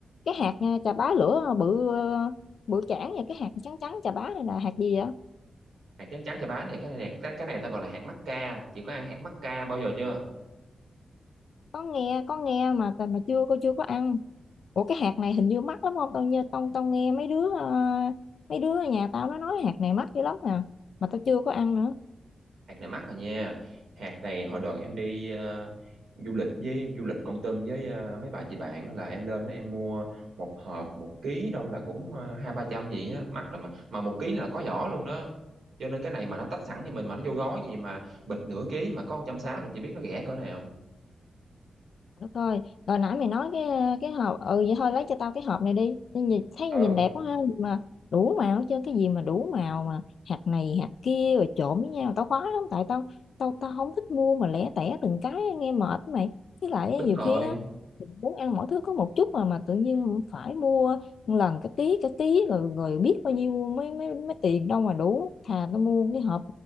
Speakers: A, on the left (about 65°); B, on the right (about 85°).
A: cái hạt ờ, chà bá lửa bự ờ, bự chảng và cái hạt trắng trắng chà bá này là hạt gì vậy
B: hạt trắng trắng chà bá này cái này cái, cái này ta gọi là hạt mắc ca chị có ăn hạt mắc ca bao giờ chưa
A: có nghe có nghe mà t- mà chưa cô chưa có ăn ủa cái hạt này hình như mắc lắm không tao như tao tao nghe mấy đứa ờ, mấy đứa ở nhà tao nó nói hạt này mắc dữ lắm nè mà tao chưa có ăn nữa
B: hạt này mắc rồi nha hạt này hồi đợt em đi ờ, du lịch với du lịch Kon Tum với ờ, mấy bà chị bạn á, là em lên đó em mua một hộp một ký đâu là cũng ờ, hai ba trăm gì á mắc lắm á mà một ký là có vỏ luôn đó cho nên cái này mà nó tách sẵn cho mình mà nó vô gói gì mà bịch nửa ký mà có một trăm sáu mươi là chị biết nó rẻ cỡ nào
A: Đất ơi, rồi nãy mày nói cái cái hộp, ừ vậy thôi lấy cho tao cái hộp này đi. Tao Nhìn thấy
B: ừ
A: nhìn đẹp quá ha, mà đủ màu chứ cái gì mà đủ màu mà hạt này hạt kia rồi trộn với nhau, tao khoái lắm tại tao tao tao không thích mua mà lẻ tẻ từng cái nghe mệt á mày. Với lại
B: đúng
A: á, nhiều
B: rồi
A: khi á mình muốn ăn mỗi thứ có một chút mà mà tự nhiên phải mua một lần cái ký cái ký rồi rồi biết bao nhiêu mấy mấy mấy tiền đâu mà đủ. Thà tao mua cái hộp